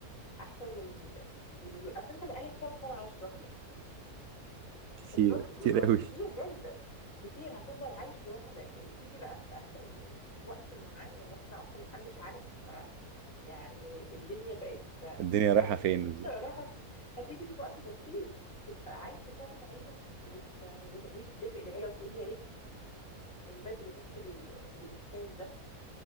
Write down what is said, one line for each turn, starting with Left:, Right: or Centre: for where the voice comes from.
Left: احسن من من الو... اصل انت بقالك كام سنه عايش لوحدك
Right: كتير
Left: انت من وقت-
Right: كتير
Left: من وقت
Right: قوي
Left: كتير جدا كتير هتفضل عايش لوحدك وتيجي بقى في اخر وقت معين واحنا اصلا محدش عارف يعني الدنيا بقت
Right: الدنيا
Left: انت
Right: رايحة
Left: عارف
Right: فين
Left: اللي
Right: بالظبط
Left: راح <laughs> هتيجي في وقت بسيط تبقى عايز تكون عيلة وت... وتعيش دفء العيلة وتقول يا ريتني من من بدري عشت ال... الإحساس ده